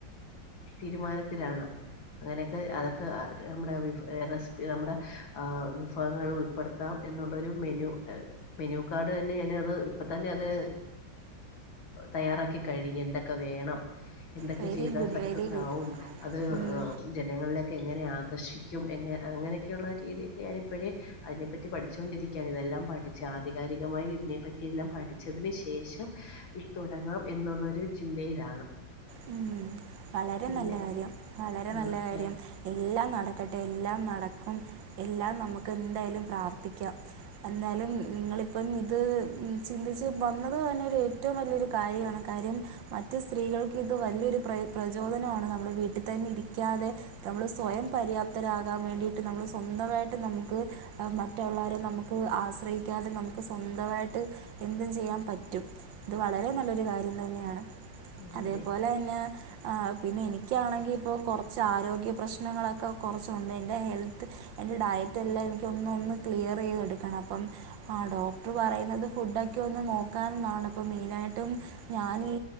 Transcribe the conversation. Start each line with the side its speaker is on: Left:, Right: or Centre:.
Left: തീരുമാനത്തിലാണ് അങ്ങനെയൊക്കെ അതൊക്കെ നമ്മുടെ റെസിപ്പി നമ്മുടെ വിഭവങ്ങൾ ഉൾപ്പെടുത്താം എന്നുള്ളരു മെനു മെനു കാർഡ് തന്നെ ഞൻ അത് ഇപ്പ തന്നെ അത് തയ്യാറാക്കി കഴിഞ്ഞ വേണം എന്തൊക്കെ
Right: വെരി
Left: ചെയത
Right: ഗുഡ്
Left: സക്സസ്
Right: വെരി
Left: ആവും
Right: ഗുഡ്
Left: അത് ജനങ്ങളില ക്കെ എങ്ങനെ ആക്ക കർഷിക്കും എങ്ങ അങ്ങനെയൊക്കെയുള്ള രീതി ക്കെ ഞാനിപ്പോഴേ അതിനെ പറ്റി പഠിച്ചുകൊണ്ടിരിക്കയാണ് ഇതെല്ലാം പഠിച്ചു ആധികാരികമായി ഇതിനെ പറ്റി എല്ലാം പഠിച്ചതിനന് ശേഷം ഇത് തുടങ്ങാം എന്നുള്ളരു ചിന്തയിലാണ്
Right: ഉം. വളരെ
Left: പിന്നെ
Right: നല്ല കാര്യം വളരെ
Left: ആ
Right: നല്ല കാര്യം
Left: അതെ
Right: എല്ലാം നടക്കട്ടെ എല്ലാം നടക്ക അപ്പം എല്ലാം നമുക്ക് എന്തായാലും പ്രാർത്ഥിക്കാം എന്തായാലും നിങ്ങളിപ്പം ഇത് ചിന്തിച്ച് വന്നതന്നെ ഒരു ഏറ്റവും വലിയൊരു കാര്യമാണ് കാര്യം മറ്റ് സ്ത്രീകൾക്ക് ഇത് വലിയൊരു പ്രയ പ്രചോദനമാണ് നമ്മൾ വീട്ടിൽ തന്നെ ഇരിക്കാതെ നമ്മൾ സ്വയം പര്യാപ്തരാകാൻ വേണ്ടിയിട്ട് നമ്മൾ സ്വന്തമായിട്ട് നമുക്ക് മറ്റുള്ളരെ നമുക്ക് ആശ്രയിക്കാതെ നമുക്ക് സ്വന്തമായിട്ട് എന്തും ചെയ്യാൻ പറ്റും ഇത് വളരെ നല്ലൊരു കാര്യം തന്നെയാണ്
Left: അതെ
Right: അതേപോലെന്ന
Left: അതെ
Right: ആ, പിന്നെ എനിക്കാണെങ്കിൽ ഇപ്പം കുറച്ച് ആരോഗ്യ പ്രശ്നങ്ങളൊക്കെ കൊറച്ചൊണ്ട്. എൻ്റെ ഹെൽത്ത് എൻ്റെ ഡയറ്റ് എല്ലാം എനികൊന്ന് ഒന്ന് ക്ലിയർ ചെയ്തെടുക്കണം അപ്പം ആ ഡോക്ടർ പറയുന്നത് ഫുഡൊക്കെ ഒന്ന് നോക്കാനെന്നാണ് ഇപ്പം മെയിനായിട്ടും ഞാനീ